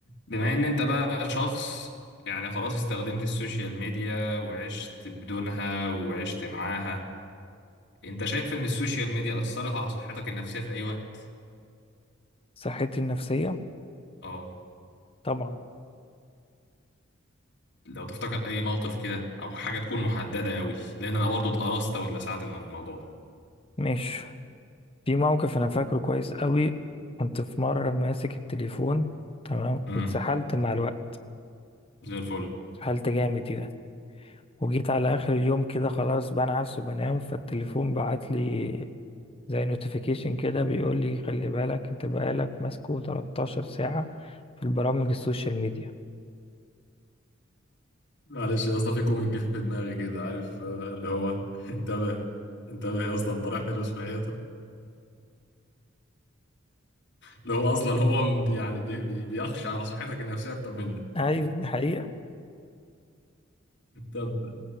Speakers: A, on the left; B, on the left.
A: بما ان انت بقى شخص يعني خلاص استخدمت السوشيال ميديا وعشت بدونها وعشت معاها انت شايف ان السوشيال ميديا اثرت على صحتك النفسية في اي وقت
B: صحتي النفسية
A: اه
B: طبعا
A: لو تفتكر اي موقف كده او حاجة تكون محددة قوي لان انا برضو اتقرصت واتلسعت من الموضوع ده
B: مش في موقف أنا فاكره كويس قوي كنت في مرة ماسك التليفون تمام
A: امم
B: واتسحلت مع الوقت
A: زي الفل
B: اتسحلت جامد يعني وجيت على آخر اليوم كده خلاص بنعس وبنام فالتليفون بعت لي زي نوتيفيكيشن كده بيقول لي خلي بالك انت بقالك ماسكه 13 ساعة في البرامج السوشيال ميديا
A: معلش يا اسطى في كوميك جه في دماغي كده عارف آه، اللي هو <laughs> انتبه انتبه يا اسطى انت رايح تلبس في الحيطه اللي هو اصلا هو م- يعني بي بي- بيخشى على صحتك النفسيه اكتر منك
B: ايوه دي حقيقة
A: طب